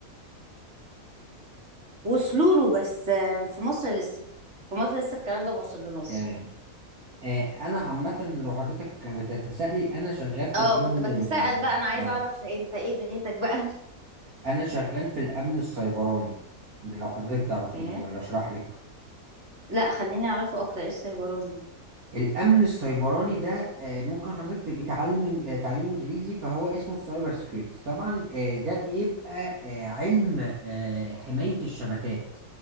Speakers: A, on the right; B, on the right.
A: وصلوا له بس آه، في مصر لسه في مصر لسه الكلام ده ما وصلناش
B: تمام آه، انا عامه لو حضرتك بتتسائلي انا شغال في
A: اه
B: الامن
A: كنت بتساءل
B: ال
A: بقى انا عايزة
B: اه
A: اعرف انت ايه دنيتك بقى
B: انا شغال في الامن السيبراني ده لو حضرتك
A: اوكي
B: تعرفيه ولا اشرح لك
A: لا خليني اعرفه اكتر ايه السايبراني
B: الامن السيبراني ده آه، ممكن حضرتك تبقي تعلم إن- آه، تعليم انجليزي فهو اسمه السايبر سكيورتي طبعا آه، ده بيبقى آه، علم آه، حماية الشبكات